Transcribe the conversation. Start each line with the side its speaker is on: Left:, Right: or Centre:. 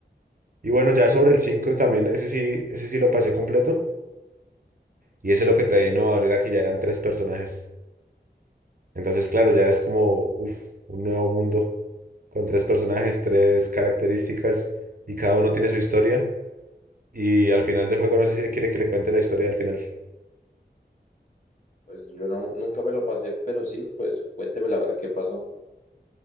Right: Y bueno, ya sobre el 5 también, ese sí, ese sí lo pasé completo. Y ese lo que traía innovador era que ya eran tres personajes. Entonces, claro, ya es como uf, un nuevo mundo con tres personajes, tres características y cada uno tiene su historia. Y al final del juego no sé si le quiere que le cuente la historia del final.
Left: Pues yo no, nunca me lo pasé, pero sí, pues cuéntemela a ver qué pasó.